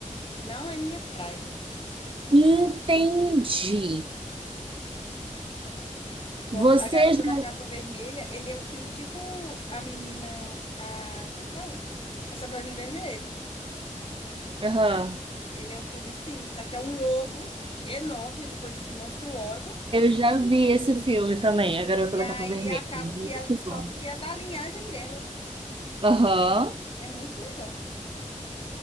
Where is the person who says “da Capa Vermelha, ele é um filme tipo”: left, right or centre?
Left